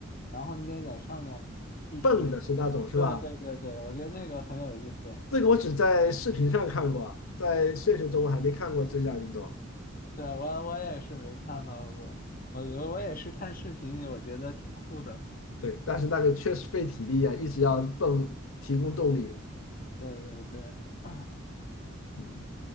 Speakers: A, on the left; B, on the left.
A: 然后你得在上面一直，
B: 蹦的是那种是吧？
A: 对对对对，我觉得那个很有意思。
B: 这个我只在视频上看过啊，在现实中我还没看过这项运动。
A: 对，我我也是没看到过，我我我也是看视频，我觉得挺酷的。
B: 对，但是那个确实费体力啊，一直要蹦，提供动力。
A: 对对对，<clears throat>
B: 嗯，